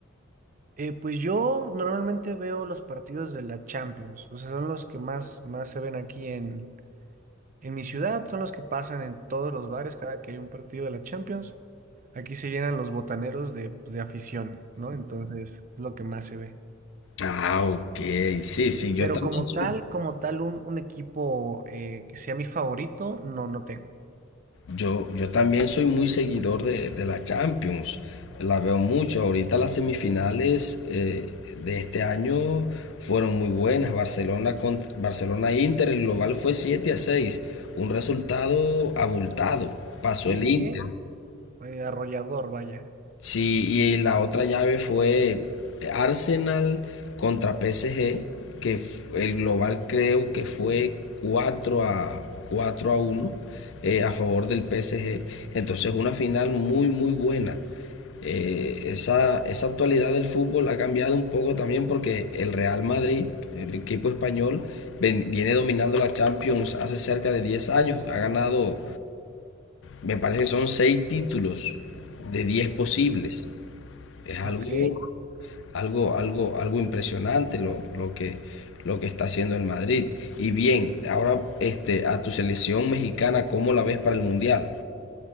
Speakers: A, on the right; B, on the left.
A: eh, pues yo normalmente veo los partidos de la Champions, o sea, son los que más, más se ven aquí en En mi ciudad son los que pasan en todos los bares cada que hay un partido de la Champions. Aquí se llenan los botaneros de, pues, de afición, ¿no? Entonces es lo que más se ve.
B: Ah, ok, sí, sí, yo
A: Pero
B: también
A: como
B: soy,
A: tal, como tal, un, un equipo eh, que sea mi favorito, no, no tengo.
B: yo, yo también soy muy seguidor de, de la Champions, la veo mucho, ahorita las semifinales eh, de este año fueron muy buenas, Barcelona con Barcelona Inter, el global fue siete a seis un resultado abultado, pasó
A: Sí,
B: el Inter.
A: ¿eh? Eh, arrollador, vaya.
B: Sí, y la otra llave fue Arsenal contra PSG, que f- el global creo que fue cuatro a cuatro a uno eh, a favor del PSG. Entonces una final muy muy buena. Eh, esa, esa actualidad del fútbol ha cambiado un poco también porque el Real Madrid, el equipo español, ven- viene dominando la Champions hace cerca de 10 años. Ha ganado, me parece que son 6 títulos de 10 posibles. Es algo,
A: Ok.
B: algo, algo, algo impresionante lo, lo que, lo que está haciendo el Madrid. Y bien, ahora este, a tu selección mexicana, ¿cómo la ves para el Mundial